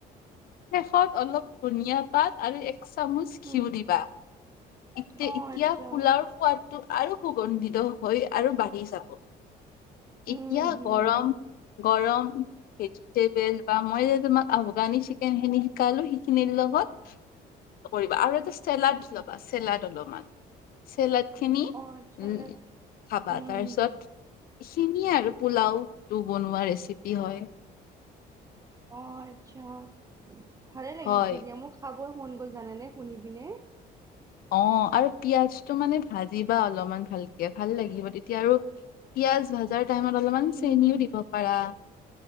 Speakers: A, on the left (about 60°); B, on the right (about 20°).
A: শেষত অলপ ধনিয়া পাত আৰু একো দুচামুচ ঘিউ
B: উম,
A: দিবা এতি
B: অ'
A: এতিয়া
B: আচ্ছা
A: পোলাওৰ সোৱাদ। তোক আৰু সুগন্ধিত দিলো হৈ আৰু বাঢ়ি যাব । এতিয়া
B: উম, হুম,
A: গৰম-গৰম
B: হুম।
A: ভেজিটেবল বা মই যে তোমাক- ভগা নি চিকেনখিনি । শিকালো সিখিনিৰ লগত কৰিবা আৰু তাতে চেলাড লবা চেলাড অলপমান চেলাড। খিনি
B: অ' আচ্ছা
A: উম খাবা
B: উম,
A: তাৰপিছত
B: হুম।
A: । এইখিনিয়ে আৰু পোলাও টো বনোৱা ৰেচিপি হয় ।
B: অ' আচ্ছা অ' । ভালে লাগিছে
A: হয়
B: দিয়া মোৰ খাবৰ মন গ'ল জানেনে শুনি পিনে ।
A: অহ আৰু পিয়াজটো মানে ভাজিবা অলপমান ভালকে ভাল লাগিব তেতিয়া আৰু পিয়াজ ভাজাৰ পিয়াজ টাইমত অলপমান
B: উম,
A: চেনিও দিব পাৰা